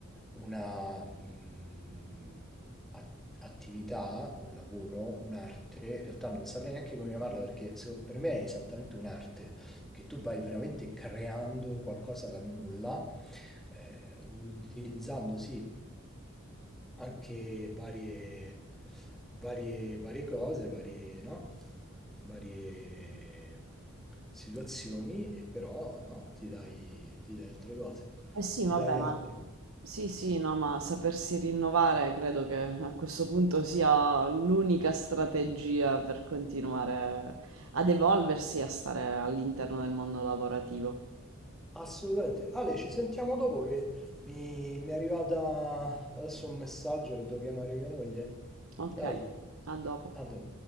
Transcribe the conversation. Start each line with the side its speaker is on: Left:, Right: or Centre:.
Centre: una mh, at- attività, un lavoro, un'arte, in realtà non saprei neanche come chiamarla perché se- per me è esattamente un'arte, che tu vai veramente creando qualcosa dal nulla, eh, utilizzando sì anche varie, varie, varie cose, varie, no? varie situazioni e però no? ti dai, ti dai altre cose,
Right: Eh sì,
Centre: ti
Right: vabbè,
Centre: dai
Right: ma
Centre: altre
Right: sì,
Centre: possibilità.
Right: sì, no, ma sapersi rinnovare credo che a questo punto sia l'unica strategia per continuare ad evolversi e a stare all'interno del mondo lavorativo.
Centre: Assolutamente. Ale, ci sentiamo dopo che mi, mi è arrivata adesso un messaggio che devo chiamare mia moglie.
Right: Ok,
Centre: Dai,
Right: a dopo.
Centre: a dopo.